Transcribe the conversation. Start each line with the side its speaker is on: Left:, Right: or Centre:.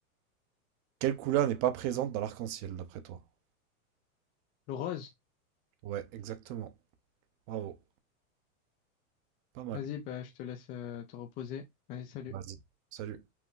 Right: Quelle couleur n'est pas présente dans l'arc-en-ciel, d'après toi?
Left: Le rose?
Right: Ouais, exactement. Bravo. Pas mal.
Left: Vas-y, bah, je te laisse euh, te reposer. Allez, salut.
Right: Vas-y. Salut.